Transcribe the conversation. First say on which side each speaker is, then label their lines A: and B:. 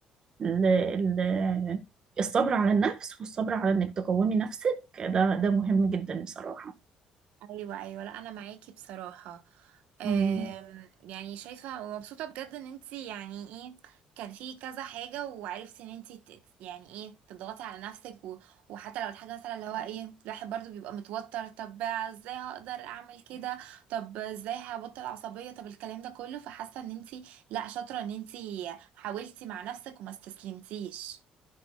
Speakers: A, on the right; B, on the right.
A: ال ال الصبر على النفس والصبر على إنك تقومي نفسك ده ده مهم جدا بصراحة
B: ايوه ايوه لا انا معاكي بصراحه اه
A: مم.
B: أم، يعني شايفه ومبسوطه بجد ان انتي يعني ايه كان في كذا حاجه وعرفتي ان انتي ت- يعني ايه تضغطي على نفسك و... وحتى لو الحاجه مثلا اللي هو ايه الواحد برضو بيبقى متوتر طب ازاي هقدر اعمل كده طب ازاي هبطل العصبيه طب الكلام ده كله فحاسه ان انتي لا شاطره ان انتي حاولتي مع نفسك وما استسلمتيش